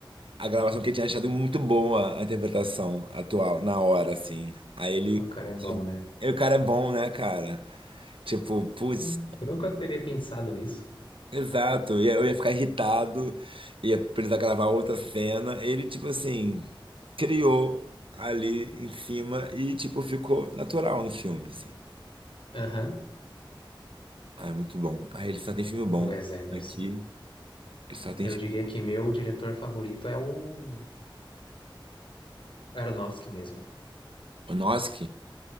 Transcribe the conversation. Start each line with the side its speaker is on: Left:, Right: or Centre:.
Right: a gravação que ele tinha achado muito boa a interpretação atual, na hora, assim. Aí ele.
Left: O cara é bom, né?
Right: E o cara é bom, né, cara? Tipo, putz,
Left: Hum, Eu nunca teria pensado nisso.
Right: exato. E aí eu ia ficar irritado, ia precisar gravar outra cena. Ele, tipo assim, criou ali em cima e, tipo, ficou natural no filme, assim.
Left: Aham,
Right: Ah, é muito bom. Ah, ele só tem filme bom.
Left: O Wes Anderson.
Right: Aqui, ele só tem
Left: Eu
Right: filme.
Left: diria que meu diretor favorito é o Aronofsky mesmo.
Right: O Noski?